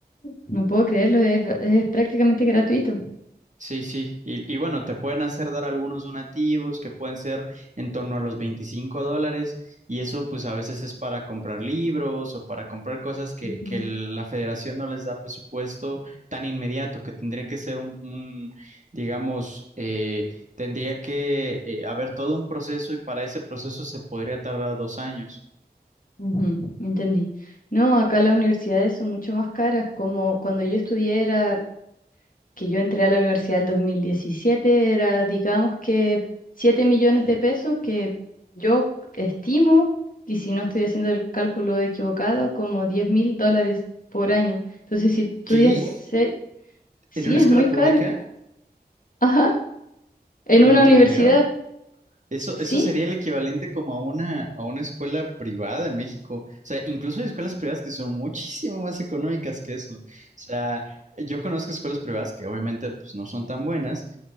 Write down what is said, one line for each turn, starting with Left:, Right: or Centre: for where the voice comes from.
Left: no puedo creerlo, es, es prácticamente gratuito.
Right: Sí, sí. Y, y bueno, te pueden hacer dar algunos donativos que pueden ser en torno a los 25 dólares y eso pues a veces es para comprar libros o para comprar cosas que,
Left: ujú.
Right: que la federación no les da presupuesto tan inmediato, que tendría que ser un, un, digamos, eh, tendría que eh, haber todo un proceso y para ese proceso se podría tardar dos años.
Left: Ujú, entendí. No, acá las universidades son mucho más caras, como cuando yo estudié era que yo entré a la universidad el 2017 era, digamos que 7 millones de pesos que yo estimo, y si no estoy haciendo el cálculo equivocado, como diez mil dólares por año. Entonces, si estudias,
Right: ¿Qué?
Left: se- sí,
Right: ¿En una
Left: es
Right: escuela
Left: muy
Right: pública?
Left: caro. Ajá, en
Right: No
Left: una
Right: te
Left: universidad,
Right: creo. Eso,
Left: sí.
Right: eso sería el equivalente como a una, a una escuela privada en México. O sea, incluso hay escuelas privadas que son muchísimo más económicas que eso. O sea, yo conozco escuelas privadas que obviamente pues, no son tan buenas,